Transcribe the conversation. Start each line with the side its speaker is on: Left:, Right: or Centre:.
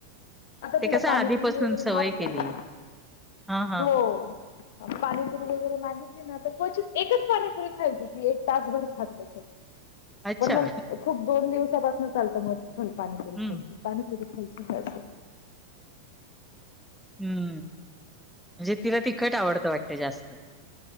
Left: आता
Centre: ते
Left: तिला
Centre: कस
Left: पाणीपुरी
Centre: आधीपासून
Left: वगैरे
Centre: सवय
Left: मागते
Centre: केली
Left: ना
Centre: हां, हां.
Left: हो पाणीपुरी वगैरे माझ क्वचित एकच पाणीपुरी खायची ती एक तासभर खातस
Centre: अच्छा.
Left: पण मग खूप दोन दिवसापासून चालतं मग पाणी पुरूय
Centre: हं,
Left: पाणी पुर क आहे ब
Centre: हम्म म्हणजे तिला तिखट आवडतं वाटतं जास्त